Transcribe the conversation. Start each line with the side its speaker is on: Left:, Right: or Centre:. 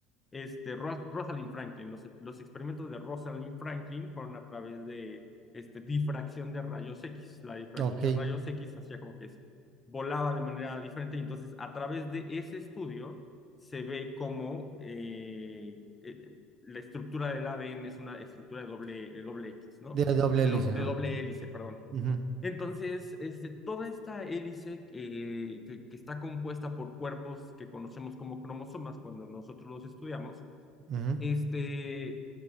Left: este, Ros Rosalind Franklin. Los, los experimentos de Rosalind Franklin fueron a través de este, difracción de rayos X. La difracción
Right: Ok.
Left: de rayos X hacía como que es, volaba de manera diferente y entonces a través de ese estudio se ve cómo eh, eh, la estructura del ADN es una estructura de doble, de doble X, ¿no?
Right: De doble
Left: De,
Right: hélice.
Left: do,
Right: ajá.
Left: de doble hélice, perdón.
Right: Ujú,
Left: Entonces, este, toda esta hélice eh, que, que, está compuesta por cuerpos que conocemos como cromosomas cuando nosotros los estudiamos,
Right: ujú,
Left: este,